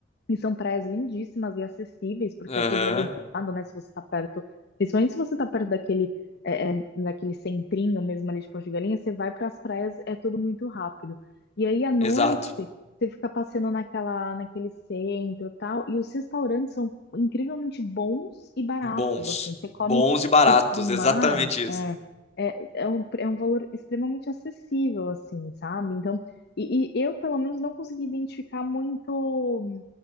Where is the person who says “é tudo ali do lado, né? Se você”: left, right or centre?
Left